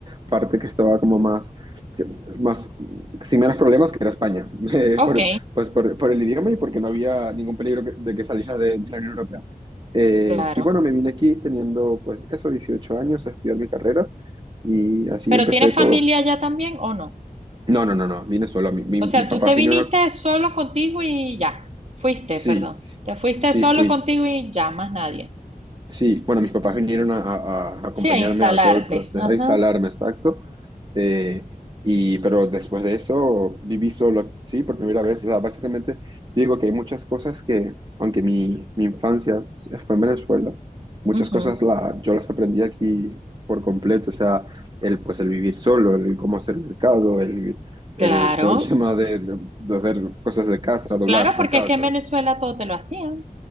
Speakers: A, on the right; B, on the right.
A: parte que estaba como más, que- más sin menos problemas que era España, <laughs> eh,
B: ok,
A: por- pues por, por el idioma y porque no había ningún peligro que- de que saliera de, de la Unión Europea. Eh,
B: claro.
A: y bueno, me vine aquí teniendo pues eso, 18 años a estudiar mi carrera y así
B: ¿Pero
A: empecé
B: tienes
A: todo.
B: familia allá también o no?
A: No, no, no, no, vine solo. Mi- mi-
B: O sea,
A: mis
B: tú
A: papás
B: te viniste
A: vinieron
B: solo contigo y ya, fuiste, perdón,
A: Sí, sí,
B: te fuiste
A: sí
B: solo
A: fui.
B: contigo y ya, más nadie.
A: Sí, bueno, mis papás vinieron a, a- a acompañarme
B: Sí, a instalarte.
A: a todo el proceso,
B: Ajá,
A: a instalarme, exacto. Eh, y, pero después de eso viví solo, sí, por primera vez. O sea, básicamente digo que hay muchas cosas que, aunque mi, mi infancia fue en Venezuela, muchas
B: ujú,
A: cosas la, yo las aprendí aquí por completo. O sea, el, pues, el vivir solo, el cómo hacer mercado, el, el,
B: Claro,
A: todo el <laughs> tema de, de hacer cosas de casa, doblar,
B: claro,
A: planchar.
B: porque es que en Venezuela todo te lo hacían.